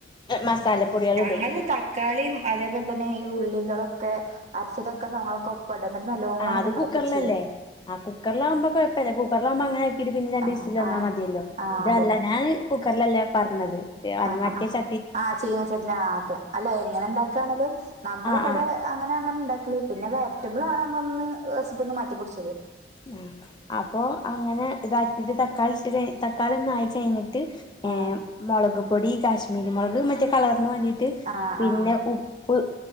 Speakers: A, on the left (about 25°); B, on the right (about 40°).
A: മസാലപ്പൊടിയളിടും.
B: ഞങ്ങള് തക്കാളിയും അതേപോലെ തന്നെ ഈ ഉള്ളികളൊക്കെ അരച്ചതൊക്കെ സങ്ങളൊക്കെ പെടന്നിട്ട നല്ലോണ
A: ആ
B: അത് വൈറ്റാ
A: കുക്കറിലല്ലേ
B: ചെയ്യ.
A: ആ കുക്കറിലാവുമ്പ കുഴപ്പല്ല കുക്കറിലാവുമ്പ അങ്ങനെ ആക്കിയിട്ട് പിന്നെ രണ്ടീസില്
B: ആഹ്
A: വന്നാ
B: ആഹ്
A: മതിയല്ലോ
B: ആഹ്
A: ഇതല്ല
B: അതെ
A: ഞാൻ കുക്കറിലല്ലേ പറഞ്ഞത്
B: ആഹ്
A: മറ്റെ
B: ആഹ്
A: ച
B: ആഹ് ചീനചട്ടില് ആ ക്കെ അല്ലെ എങ്ങനെ ഇണ്ടാക്കാണെലും നമ്മള
A: ആ
B: ഇവിടെ
A: ആ ആ
B: അങ്ങനെയാണ് ണ്ടാക്കല്. പിന്നെ വെരിറ്റബിൾ ആണ് നമ്മളൊന്ന് റെസിപ്പി ഒന്ന് മാറ്റിപ്പൊടിച്ചത്.
A: ആ അപ്പൊ അങ്ങനെ ഇതാക്കിട്ട് തക്കാളി ഇട്ട് തക്കാളിഒന്ന് ആയിക്കഴിഞ്ഞി ട്ട്
B: ആഹ്
A: മൊളക് പൊടി കാശ്മീരി മൊളക് മറ്റേ കളർന് വേണ്ടിട്ട്
B: ആഹ്
A: പിന്നെ
B: ആഹ്
A: ഉപ്പ്,